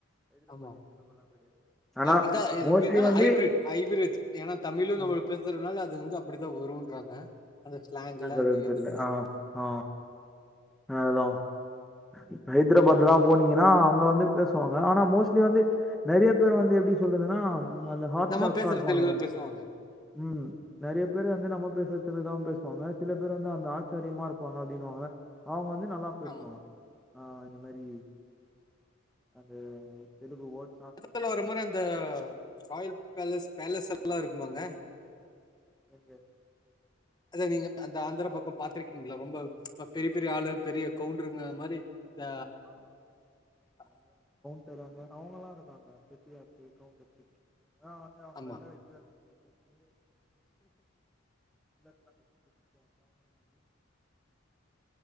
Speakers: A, on the left (about 20°); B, in the centre.
A: ஆமா
B: ஆனா
A: ஆ அதா
B: மோஸ்ட்லி
A: எப்படின்னா
B: வந்து
A: ஹைபிரிட் ஹைபிரிட் ஏன்னா தமிழு வந்து
B: ஆ
A: பேசுறதுனால அது வந்து அப்படிதா வருன்றாங்க அந்த ஸ்லாங்ல
B: எனக்கு
A: அந்த
B: எதுதெரியல
A: இதுல
B: ஆ ஆ ஆதா இப்ப ஹைதராபாத்லாம் போனீங்கன்னா அங்க வந்து பேசுவாங்க ஆனா மோஸ்ட்லி வந்து நிறைய பேர் வந்து எப்படி சொல்றங்கன்னா அந்த ஹார்தடாக்ஸா
A: நம்ம பேசுற
B: இருப்பாங்க
A: தெலுங்குல
B: லா
A: பேசுவாங்க
B: ம் நிறைய பேரு வந்து நம்ம பேசுறத் தா பேசு பேசுவாங்க க சில பேர் வந்து அந்த ஆச்சாரியமா இருப்பாங்க அப்படின்னுவாங்க அவங்க வந்து நல்லா பேசுவாங்க
A: ஆமா
B: ஆ இந்த மாதிரி அந்த தெலுங்கு ஓட்
A: படத்துல வர மாரி அந்த ராயல் பேலஸ் பேலஸ்லாம் இருக்கு ஆமாங்க
B: இங்க
A: அத நீங்க அந்த ஆந்திர பக்கம் பாத்துருக்கீங் ங்களா ரொம்ப ப பெரிய பெரிய ஆளு பெரிய கவுண்டருங்க மாரி இந்த ஆ
B: ச அவங்க எல்லாம் இருக்காங்க பெத்தியாச்சு கவுச்சு அதா வந்து அவங்க
A: ஆமா
B: வெள்ள வேட்டி <inaudible> <inaudible>